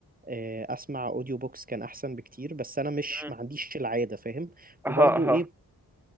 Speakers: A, on the right (about 20°); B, in the centre.
A: آه، اسمع اوديو بوكس كان احسن بكتير بس انا مش
B: مم،
A: ما عنديش العاده فاهم
B: اها
A: وبرضو
B: اها
A: ايه